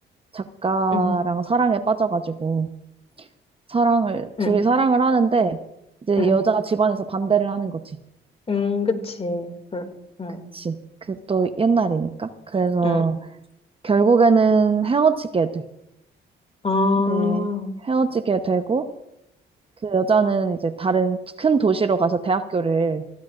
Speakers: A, on the right; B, on the left.
A: 작가랑
B: 응,
A: 사랑에 빠져가지고 사랑을
B: 응,
A: 둘이 사랑을 하는데 이제
B: 응.
A: 여자 집안에서 반대를 하는 거지.
B: 음, 그치. 그, 응,
A: 그치. 그 또 옛날이니까. 그래서
B: 응.
A: 결국에는 헤어지게 돼.
B: 아,
A: 네, 헤어지게 되고 그 여자는 이제 다른 큰 도시로 가서 대학교를